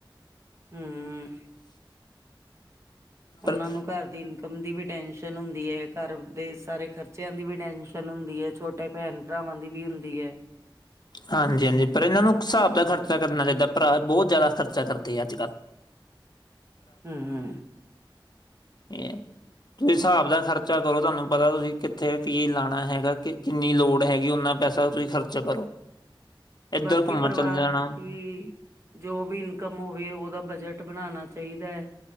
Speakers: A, on the right; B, on the left.
A: ਹੂੰ, ਉਨਾਂ
B: ਪਰ
A: ਨੂੰ ਘਰ ਦੀ ਇਨਕਮ ਦੀ ਵੀ ਟੈਸ਼ ਟਨ ਹੁੰਦੀ ਐ ਇੱਕ। ਘਰ ਦੇ ਸਾਰੇ ਖਰਚਿਆਂ ਦੀ ਵੀ ਟੈਸ਼ਨ ਹੁੰਦੀ ਐ, ਛੋਟੇ ਭੈਣ ਭਰਾਵਾਂ ਦੀ ਵੀ ਹੁੰਦੀ ਐ।
B: ਹਾਂਜੀ-ਹਾਂਜੀ, ਪਰ ਏਨਾਂ ਨੂੰ ਹਿਸਾਬ ਦਾ ਖਰਚਾ ਕਰਨਾ ਚਾਈਦਾ, ਭਰਾ ਬੋਤ ਜਾਦਾ ਖਰਚਾ ਕਰਦੇ ਆ ਅੱਜ -ਕੱਲ੍ਹ।
A: ਹੂੰ-ਹੂੰ
B: ਏ, ਤੁਸੀ ਸਾਬ ਦਾ ਖਰ ਚਾ ਕਰੋ ਤੁਹਾਨੂੰ ਪਤਾ ਤੁਸੀਂ ਕਿੱਥੇ ਤੀਰ ਲਾਣਾ ਹੈਗਾ ਕਿ ਕਿੰਨੀ ਲੋੜ ਹੈਗੀ ਓਨਾ ਪੈਸਾ ਤੁਸੀਂ ਖਰਚਾ ਕਰੋ। ਇੱਧਰ
A: ਬਾਕੀ
B: ਘੁੰਮਣ
A: ਪਰਿਵਾਰ
B: ਚੱਲ ਜਾਣਾ
A: ਦੀ ਜੋ ਵੀ ਇਨਕਮ ਹੋਵੇ, ਓਦਾ ਬਜਟ ਬਨਾਣਾ ਚਾਈਦਾ।